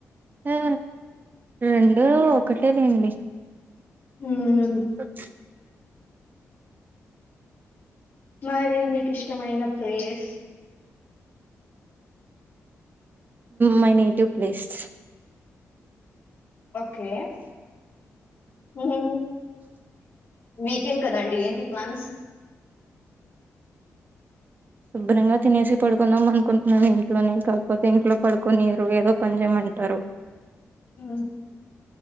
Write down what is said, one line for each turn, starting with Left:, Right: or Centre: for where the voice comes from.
Right: ఆ రెండు ఒకటే లేండి.
Left: మ్మ్
Right: <unintelligible>
Left: మరి మీకు ఇష్టమైన place
Right: my native place
Left: okay మీ వీకెండ్ కదండి ఏంటి ప్లాన్స్
Right: శుభ్రంగా తినేసి పడుకుందాం అనుకుంటున్నాను ఇంట్లోనే కాకపోతే ఇంట్లో పడుకొనియరు ఏదో పని చేయమని అంటారు
Left: హూ